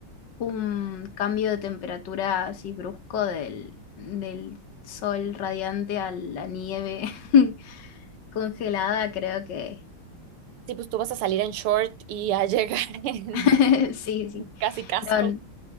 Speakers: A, on the left; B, on the right.
A: un cambio de temperatura así brusco del, del sol radiante a la nieve <laughs> congelada, creo que
B: sí, pues tú vas a salir en short y a llegar <laughs> en
A: <laughs> Sí, sí.
B: casi casco.
A: No, n-